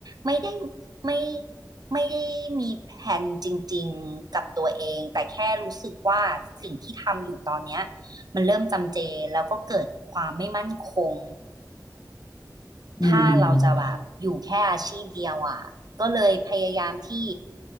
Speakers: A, on the right (about 65°); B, on the left (about 40°).
A: ไม่ได้ ไม่ไม่ได้มีแผนจริงๆกับตัวเอง แต่แค่รู้สึกว่าสิ่งที่ทำอยู่ตอนเนี้ยมันเริ่มจำเจแล้วก็เกิดความไม่มั่นคง
B: อืม
A: ถ้าเราจะแบบอยู่แค่อาชีพเดียวอ่ะก็เลยพยายามที่